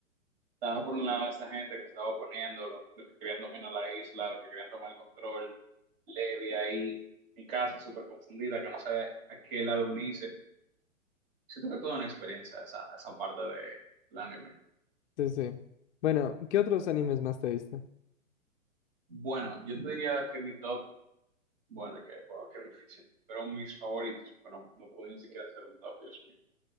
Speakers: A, on the right; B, on the left.
A: Estaba por un lado esta gente que estaba oponiendo, los, los que querían dominar la isla, los que querían tomar el control. Levi ahí, mi casa súper confundida, que no sabe a qué lado unirse. Siento que toda una experiencia esa, esa parte del anime.
B: Sí, sí. Bueno, ¿qué otros animes más te viste?
A: Bueno, yo te diría que mi top, bueno, que, wow, qué difícil, pero mis favoritos, bueno, no puedo ni siquiera hacer un top, Dios mío.